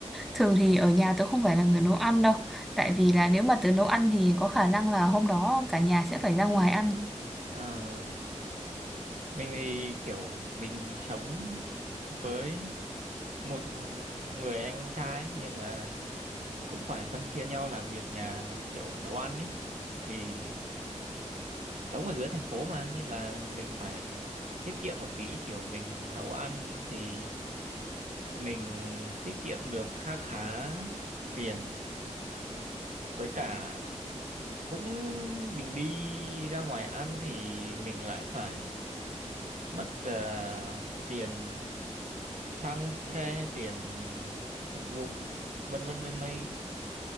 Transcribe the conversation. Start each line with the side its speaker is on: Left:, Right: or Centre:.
Centre: thường thì ở nhà tớ không phải là người nấu ăn đâu tại vì là nếu mà tớ nấu ăn thì có khả năng là hôm đó cả nhà sẽ phải ra ngoài ăn
Right: À, mình thì kiểu mình sống với một người anh trai ấy, nên là cũng phải phân chia nhau làm việc nhà kiểu nấu ăn ấy. Thì sống ở dưới thành phố mà nên là mình phải tiết kiệm một tí kiểu mình nấu ăn thì mình tiết kiệm được kha khá tiền với cả cũng mình đi ra ngoài ăn thì mình lại phải mất à, tiền xăng xe tiền phục vụ vân vân mây mây